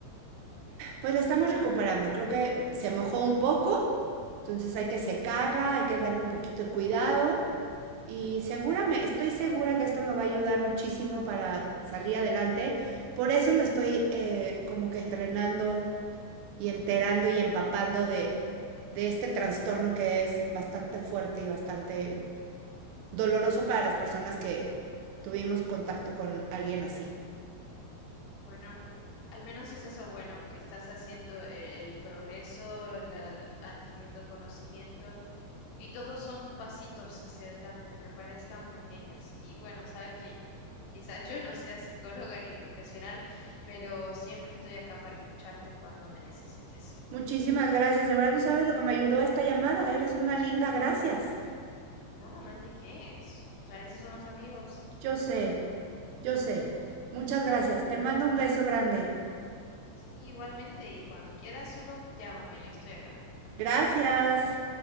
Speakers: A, on the right (about 80°); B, on the left (about 75°).
A: Pues la estamos recuperando. Creo que se mojó un poco, entonces hay que secarla, hay que darle un poquito de cuidado. Y seguramente, estoy segura que esto me va a ayudar muchísimo para salir adelante. Por eso me estoy eh, como que entrenando y enterando y empapando de, de este trastorno que es bastante fuerte y bastante doloroso para las personas que tuvimos contacto con alguien así.
B: Bueno, al menos es eso bueno, que estás haciendo eh, el progreso, el, el adquiriendo conocimiento, y todos son pasitos hacia adelante, aunque parezcan pequeños. Y bueno, sabes que quizás <laughs> yo no sea psicóloga ni profesional, pero siempre estoy acá para escucharte cuando me necesites.
A: Muchísimas gracias, de verdad no sabes lo que me ayudó esta llamada, eres una linda, gracias.
B: No, no hay de qué. s- Para eso son los amigos.
A: Yo sé, yo sé. Muchas gracias, te mando un beso grande.
B: Sí, igualmente. Y cuando quieras, solo llámame. Yo estoy acá.
A: Gracias.